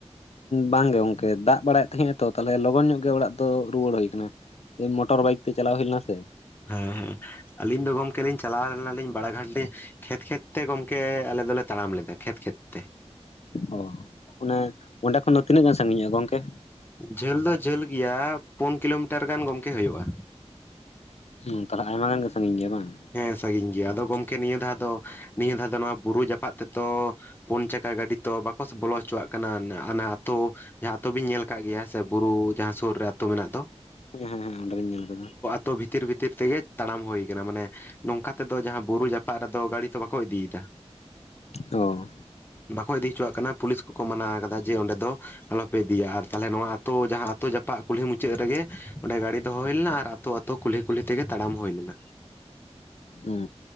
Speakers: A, on the left; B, on the left.
A: ᱵᱟᱝ ᱜᱮ ᱜᱚᱝᱠᱮ ᱫᱟᱜ ᱵᱟᱲᱟᱭᱮᱫ ᱛᱟᱦᱮᱸ ᱟᱭ ᱛᱚ ᱛᱟᱦᱞᱮ ᱞᱚᱜᱚᱱ ᱧᱚᱜ ᱜᱮ ᱚᱲᱟᱜ ᱫᱚ ᱨᱩᱣᱟᱹᱲ ᱦᱩᱭ ᱟᱠᱟᱱᱟ ᱢᱚᱴᱚᱨ ᱵᱟᱭᱤᱠ ᱛᱮ ᱪᱟᱞᱟᱣ ᱦᱩᱭ ᱞᱮᱱᱟ ᱥᱮ
B: ᱦᱮᱸᱻᱦᱮᱸᱻ ᱟᱹᱞᱤᱧ ᱫᱚ ᱜᱚᱝᱠᱮ ᱞᱤᱧ ᱪᱟᱞᱟᱣ ᱞᱮᱱᱟ ᱞᱤᱧ ᱵᱟᱲᱟ ᱜᱷᱟᱴᱰᱤ ᱠᱷᱮᱛ ᱠᱷᱮᱛ ᱛᱮ ᱜᱚᱝᱠᱮ ᱟᱞᱮ ᱫᱚᱞᱮ ᱛᱟᱲᱟᱢ ᱞᱮᱫᱟ ᱠᱷᱮᱛ ᱠᱷᱮᱛ ᱛᱮ
A: ᱚ ᱚᱱᱮ ᱚᱸᱰᱮ ᱠᱷᱚᱱ ᱫᱚ ᱛᱤᱱᱟᱹᱜ ᱜᱟᱱ ᱥᱟᱺᱜᱤᱧ ᱧᱚᱜᱼᱟ ᱜᱚᱝᱠᱮ
B: ᱡᱷᱟᱹᱞ ᱫᱚ ᱡᱷᱟᱹᱞ ᱜᱮᱭᱟ ᱯᱩᱱ ᱠᱤᱞᱳᱢᱤᱴᱟᱨ ᱜᱟᱱ ᱜᱚᱝᱠᱮ ᱦᱩᱭᱩᱜᱼᱟ
A: ᱦᱩᱸ ᱛᱟᱞᱦᱮ ᱟᱭᱢᱟ ᱜᱟᱱ ᱜᱮ ᱥᱟᱺᱜᱤᱧ ᱜᱮᱭᱟ ᱵᱟᱝ
B: ᱦᱮᱸ ᱥᱟᱺᱜᱤᱧ ᱜᱮᱭᱟ ᱟᱫᱚ ᱜᱚᱝᱠᱮ ᱱᱤᱭᱟᱹ ᱫᱷᱟᱣ ᱫᱚ ᱱᱤᱭᱟᱹ ᱫᱷᱟᱣ ᱫᱚ ᱱᱚᱣᱟ ᱵᱩᱨᱩ ᱡᱟᱯᱟᱜ ᱛᱮᱛᱚ ᱯᱩᱱ ᱪᱟᱠᱟ ᱜᱟᱹᱰᱤ ᱛᱚ ᱵᱟᱠᱚᱥ ᱵᱚᱞᱚ ᱦᱚᱪᱚᱣᱟᱜ ᱠᱟᱱᱟ ᱦᱟᱱᱟ ᱟᱛᱳ ᱡᱟᱦᱟᱸ ᱟᱛᱳ ᱵᱤᱱ ᱧᱮᱞ ᱟᱠᱟᱫ ᱜᱮᱭᱟ ᱥᱮ ᱵᱩᱨᱩ ᱡᱟᱦᱟᱸ ᱥᱩᱨ ᱨᱮ ᱟᱛᱳ ᱢᱮᱱᱟᱜ ᱫᱚ
A: ᱦᱮᱸᱻᱦᱮᱸᱻᱦᱮᱸᱻ ᱚᱸᱰᱮ ᱞᱤᱧ ᱧᱮᱞ ᱠᱟᱫᱟ
B: ᱛᱚ ᱵᱷᱤᱛᱤᱨ ᱵᱷᱤᱛᱤᱨ ᱛᱮᱜᱮ ᱛᱟᱲᱟᱢ ᱦᱩᱭ ᱠᱟᱱᱟ ᱢᱟᱱᱮ ᱱᱚᱝᱠᱟ ᱛᱮᱫᱚ ᱡᱟᱦᱟᱸ ᱵᱩᱨᱩ ᱡᱟᱯ ᱮᱴᱟᱜ ᱨᱮᱫᱚ ᱜᱟᱹᱲᱤ ᱛᱚ ᱵᱟᱠᱚ ᱤᱫᱤᱭᱮᱫᱟ
A: ᱚ
B: ᱵᱟᱠᱚ ᱤᱫᱤ ᱦᱚᱪᱚᱣᱟᱜ ᱠᱟᱱᱟ ᱯᱩᱞᱤᱥ ᱠᱚᱠᱚ ᱢᱟᱱᱟ ᱠᱟᱫᱟ ᱡᱮ ᱚᱸᱰᱮ ᱫᱚ ᱟᱞᱚᱯᱮ ᱤᱫᱤᱭᱟ ᱟᱨ ᱛᱟᱦᱞᱮ ᱱᱚᱣᱟ ᱟᱛᱩ ᱡᱟᱸᱦᱟ ᱟᱹᱛᱩ ᱡᱟᱯᱟᱜ ᱠᱩᱞᱦᱤ ᱢᱩᱪᱟᱹᱫ ᱨᱮᱜᱮ ᱚᱸᱰᱮ ᱜᱟᱹᱰᱤ ᱫᱚᱦᱚ ᱦᱳᱭ ᱞᱮᱱᱟ ᱟᱨ ᱟᱹᱛᱩ ᱛᱚ ᱠᱩᱞᱦᱤ ᱠᱩᱞᱦᱤ ᱛᱮᱜᱮ ᱛᱟᱲᱟᱢ ᱦᱩᱭ ᱞᱮᱱᱟ
A: ᱦᱮᱸ